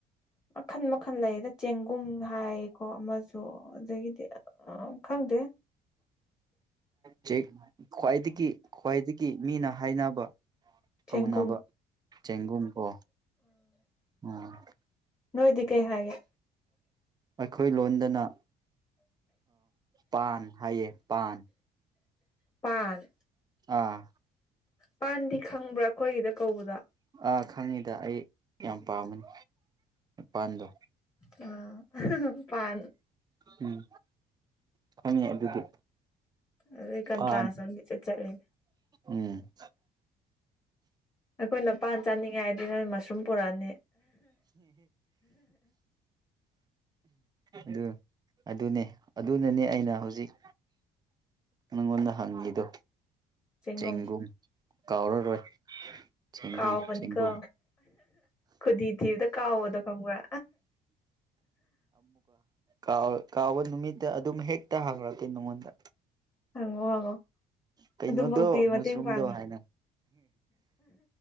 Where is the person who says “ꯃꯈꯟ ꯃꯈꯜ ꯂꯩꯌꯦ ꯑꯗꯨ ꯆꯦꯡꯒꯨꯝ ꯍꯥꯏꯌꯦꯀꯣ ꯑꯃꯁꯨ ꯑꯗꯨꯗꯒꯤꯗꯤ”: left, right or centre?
Left